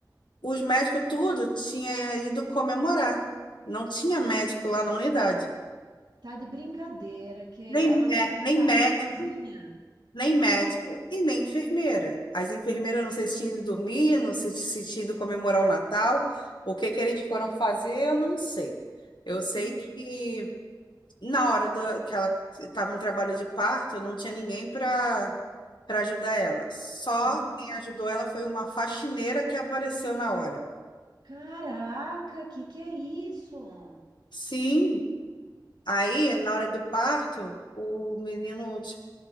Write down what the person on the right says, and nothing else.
Tá de brincadeira que ela
teve
que parir
sozinha.
Meu
Deus.
Ai,
caraca, que que é isso?